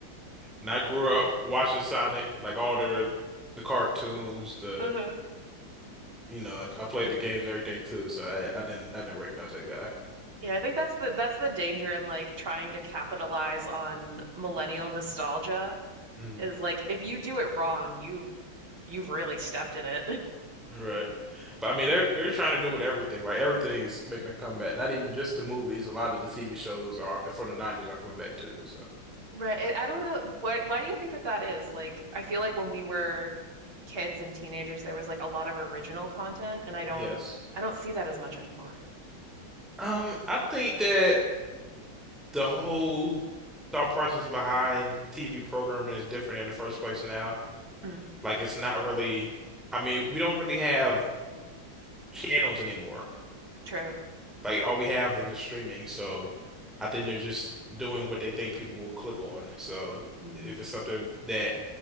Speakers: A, in the centre; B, on the right.
A: And I grew up watching Sonic, like all the the cartoons, the
B: Mm-hmm.
A: you know, I played the games and everything too, so I I didn't I didn't recognize that guy.
B: Yeah, I think that's the that's the danger in like trying to capitalize on millennial nostalgia
A: Mhm.
B: is like if you do it wrong, you've you've really stepped in it. <laughs>
A: Right. But I mean they're they're trying to do with everything. Like everything's making a comeback. Not even just the movies, a lot of the TV shows are for the 90s are coming back too. So
B: Right. I I don't know what why do you think that that is? Like I feel like when we were kids and teenagers there was like a lot of original content and I don't
A: yes.
B: I don't see that as much anymore.
A: Um, I think that the whole thought process behind TV programming is different in the first place now.
B: Mm,
A: Like it's not really I mean, we don't really have channels anymore.
B: true.
A: like all we have is the streaming. So I think they're just doing what they think people will click on. So
B: Mm,
A: if it's something that